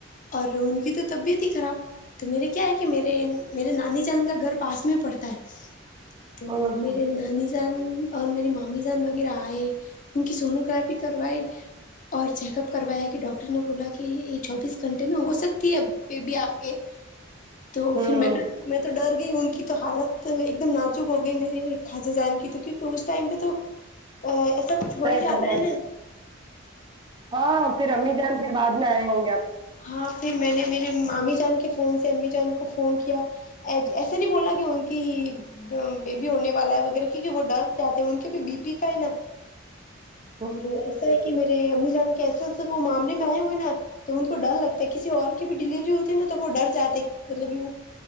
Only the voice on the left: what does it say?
اور ان کی تو طبیعت ہی خراب تو میرے کیا ہے کہ میرے میرے نانی چاند کا گھر پاس میں پڑتا ہے تو
میرے
نانی سے جان اور میرری مامی جان وغیرہ آئے ان کی سونوگرافی کروائے اور چیک اپ کروایا کہ ڈاکٹر نے بولا کہ یہ چوبیس گھنٹے میں ہو سکتی ہے ا بیبی آپ کے تو
پھر میں تو میں تو ڈر ان کی تو حالت ایک دم ناجک ہو گئی میرے خجہ جان کی تو کیونکہ اس ٹائم پہ تو ا ایسا کچھ ہو
ہی جاتا
ہے
نا
ہاں پھر میں نے مامی جان کے فون سے امی جان کو فون کیا ایسے نہیں بوللا کی ہوں کہ بیبی ہونے والا ہے وغیرہ کیونکہ وہ ڈر جاتے ہیں ان کے بھی بی پی کا ہے نا
اور ایسا ہے کہ میرے امی جان کے ایسے سب وہ معاملے میں آئے ہوئے ہیں نا تو ان کو ڈر لگتا ہے کسی اور کی بھی ڈلیوری ہوتی نا تو ڈر جاتے مطلب ی